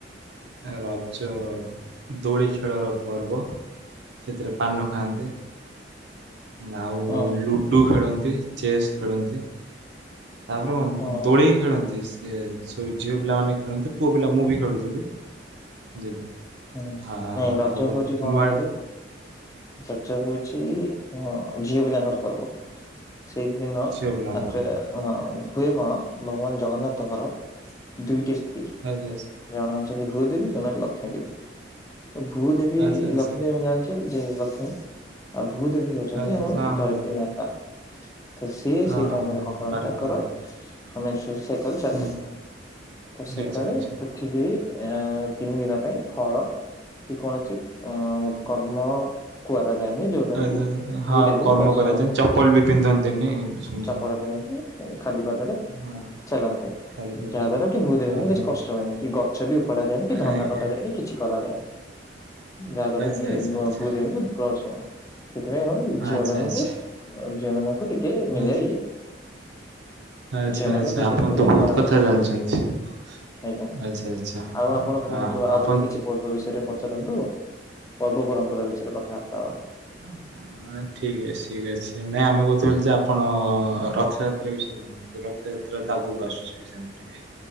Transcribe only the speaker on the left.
ହଁ
ହଁ
ହୁଁ
ନାଇଁ
ରଜ
ହଉଛି କଣ
କହିଲେ ରଜ ହଉଛି ହଁ ଝିଅ ପିଲାଙ୍କର ପର୍ବ। ସେଇଦିନ
<unintelligible>
ହଁ ହୁଏ କଣ ଭଗବାନ ଜଗନ୍ନାଥଙ୍କର ଦୁଇଟି ସ୍ତ୍ରୀ
ଜଣେ ଅଛନ୍ତି ଭୂ ଦେବୀ, ଜଣେ ଲକ୍ଷ୍ମୀ ଦେବୀ ତ ଭୂ ଦେବୀ
ଲକ୍ଷ୍ମୀ ଦେବୀ ଜାଣିଛ ଯେ ଲକ୍ଷ୍ମୀ ଆଉ ଭୂଦେବୀ ହଉଛନ୍ତି
ଆମର
ଧରିତ୍ରୀ
ମାତା। ତ ସିଏ
ସେଇ
ଟାଇମ୍
ରେ କଣ କରନ୍ତି
ତାଙ୍କର
<unintelligible> ସାଇକେଲ ଚାଲେ
ତ ସେତେବେଳେ
ପୃଥିବୀ ଏ, ତିନି ଦିନ ପାଇଁ ହଳ କି କୌଣସି ଅ, କର୍ମ କରାଯାଏନି ଯେ ଯାହାକି
ଭୂଦେବୀଙ୍କୁ
କଷ୍ଟ
ହବ।
ସଫଳ କରନ୍ତି। ଏଁ, ଖାଲି ପାଦରେ
ଚାଲନ୍ତି
ଯାହା ଦ୍ଵାରା କି ଭୂ ଦେଵୀ
ଙ୍କୁ କିଛି
କଷ୍ଟ ହୁଏନି। କି ଗଛ ଛ ବି ଉପାଡ ଯାଏନି, କି ଧାନ
କଟା ଯାଏନି। କିଛି କରାଯାଏନି। ଯାହା ଦ୍ଵାରା
କି
ବ-ଭୂ
ଦେବୀ <unintelligible> ସେଥିପାଇଁ କଣ କି ଝିଅ
ମାନଙ୍କୁ
ଅ, ଝିଅ ମାନଙ୍କୁ ଟିକେ ମିଳେ
ଇଏ।
ଝିଅ ମାନେ
ସେ
ତିନି ଦିନି
ଘରେ
ବସ
ଆଜ୍ଞା।
ଆଉ ଆପଣ କୁହନ୍ତୁ
ଆଉ ଅଲଗା
କିଛି ପର୍ବ ବିଷୟରେ ପଚାରନ୍ତୁ। ପର୍ବ ପରମ୍ପରା ବିଷୟରେ କଥାବାର୍ତ୍ତା ହବା।